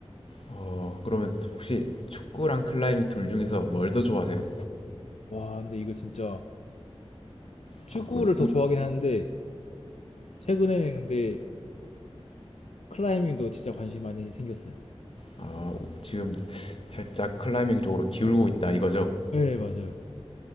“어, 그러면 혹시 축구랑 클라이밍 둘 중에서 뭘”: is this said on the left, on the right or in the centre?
Left